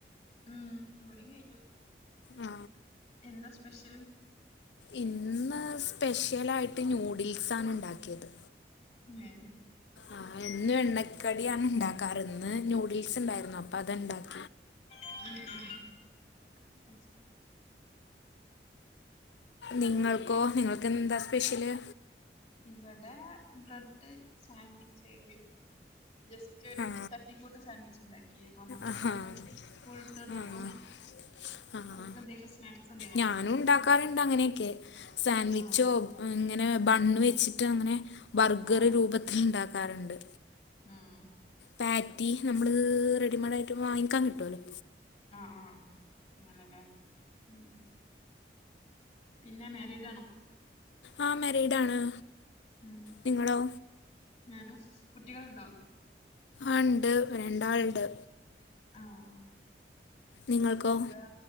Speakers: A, on the left; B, on the left.
A: മ് ഇവിടേം കഴിഞ്ഞു.
B: ആ
A: എന്താ സ്പെഷ്യൽ
B: ഇന്ന് സ്പെഷ്യലായിട്ട് ന്യൂഡിൽസാണുണ്ടാക്കിയത്
A: ഉം
B: ആഹ എന്നും എണ്ണക്കടിയാണ് ഇണ്ടാക്കാറ് ഇന്ന് ന്യൂഡിൽസ്ണ്ടായിരുന്നു അപ്പൊ അത്ണ്ടാക്ക
A: <inaudible> മ് ശരി മ്
B: നിങ്ങൾക്കോ
A: പിന്നെന്താ
B: നിങ്ങൾക്കെന്താ സ്പെഷ്യല്?
A: ഇവടെ ബ്രെഡ് സാൻവിച്ച് <unintelligible> ജസ്റ്റൊരു
B: ആ
A: തട്ടിക്കൂട്ട് സാൻവിച്ചുണ്ടാക്കി അപ്പ മക്കളൊക്കെ
B: ആ
A: സ്കൂൾ വിട്ട് വന്നപ്പം
B: ആ ആഹ്
A: അവർക്ക് എന്തെങ്കിലും സ്നാക്സ് എന്തെങ്കിലും വേണം
B: ഞാനും
A: അപ്പം
B: ഉണ്ടാക്കാറിണ്ട് അങ്ങനെയൊക്കെ സാൻവിച്ചോ
A: ആഹ്
B: അങ്ങനെ ബണ്ണ് വെച്ചിട്ടങ്ങനെ ബർഗറ്
A: ആഹ്
B: രൂപത്തിലിണ്ടാക്കാറ്ണ്ട്.
A: ആഹ്
B: പാറ്റി നമ്മള് റെഡിമെയ്ഡായിട്ട് വാങ്ങിക്കാൻ കിട്ടോലോ.
A: ആഹ് ആഹ് അങ്ങനെല്ലേ മ് പിന്നെ മാരിഡ്
B: ആ മാരീഡാണ്.
A: മ്
B: നിങ്ങളോ
A: ഞാനും കുട്ടികളുണ്ടോ?
B: ആഹ് ഇണ്ട് രണ്ടാൾ ഇണ്ട്.
A: ആഹ്
B: നിങ്ങൾക്കോ
A: എന്താ